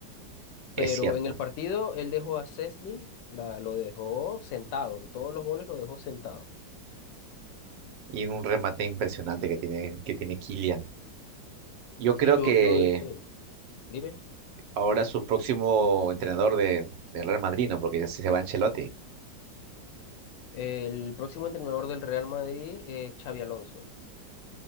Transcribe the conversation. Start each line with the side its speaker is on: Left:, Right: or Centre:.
Left: Pero
Right: Es cierto.
Left: en el partido él dejó a Szczęsny, la lo dejó sentado, en todos los goles lo dejó sentado.
Right: y un remate impresionante que tiene, que tiene Kylian. Yo creo
Left: Y yo,
Right: que
Left: yo, eh, dime,
Right: ahora su próximo entrenador de, del Real Madrid, ¿no? Porque ya se se va Ancelotti.
Left: el próximo entrenador del Real Madrid es Xavi Alonso,